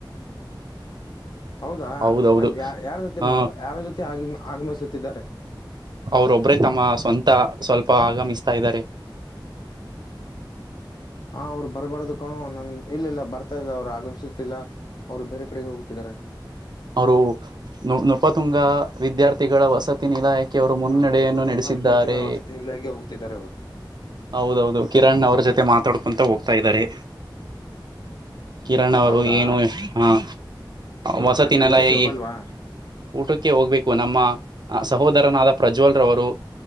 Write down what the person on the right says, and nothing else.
<inaudible>
ಹೌದೌದು
ಆ
ಅವ್ರೊಬ್ಬ್ರೇ ತಮ್ಮ ಸ್ವಂತ ಸ್ವಲ್ಪ ಆಗಮಿಸ್ತಾ ಇದಾರೆ
ಅವರು ನಪ್ಪತ್ತುಂಗ ವಿದ್ಯಾರ್ಥಿ ವ್ಯ ಗಳ ವಸತಿ ನಿ ಇಲಾಖೆ ಅವರು ಮುನ್ನಡೆಯನ್ನು
ನಡೆಸಿದ್ದಾರೆ
ಹೌದೌದು ಕಿರಣ್ ಅವ್ರ ಜೊತೆ ಮಾತಾಡ್ಕೊಂತ ಹೋಗ್ತಾ ಇದ್ದಾರೆ ಕಿರಣ್ ಅವರು
ಏನು ಹ ವಸತಿನೆಲ್ಲ
ಹೇಗ
ಊಟಕ್ಕೆ ಹೋಗ್ಬೇಕು ನಮ್ಮ ಸಹೋದರನಾದ ಪ್ರಜ್ವಲ್ರವರು